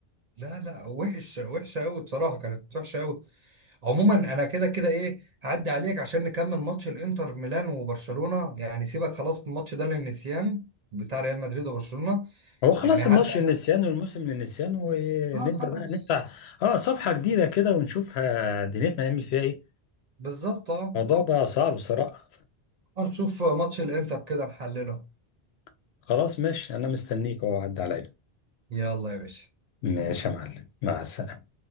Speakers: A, on the right (about 50°); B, on the left (about 75°).
A: لا لا وحش وحشة قوي بصراحة كانت وحشة قوي عموما انا كده كده ايه هعدي عليك عشان نكمل ماتش الانتر ميلان وبرشلونة يعني سيبك خلاص من الماتش ده للنسيان بتاع ريال مدريد وبرشلونة
B: هو خلاص
A: يعني هعدي
B: الماتش للنسيان
A: عليك
B: والموسم للنسيان ونبدا
A: اه خلاص
B: بقى نفتح اه صفحه جديده كده ونشوفها دنيتنا نعمل فيها ايه
A: بالظبط اه
B: الموضوع بقى صعب بصراحه
A: نشوف ماتش الانتر كده نحلله
B: <laughs> خلاص ماشي انا مستنيك اهو عدى عليا
A: يلا يا باشا
B: ماشي يا معلم مع السلامه